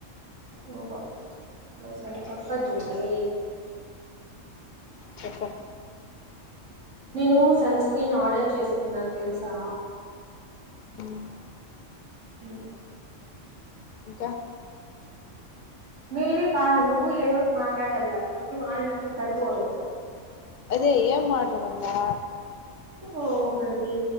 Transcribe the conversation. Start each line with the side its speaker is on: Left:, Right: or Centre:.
Right: ఓహో నిజం చెప్పదు లే వే
Left: చెప్పు
Right: నేను సన్ స్క్రీన్ ఆర్డర్ చేసుకున్నా తెలుసా
Left: ఉమ్
Right: ఉమ్
Left: ఇంకా
Right: నేనే కాదు నువ్వు ఏదోటి మాట్లాడల నేనోటి మాట్లాడితే సరిపోదు
Left: అదే ఏం మాట్లాడాలా
Right: ఓ ఒకటి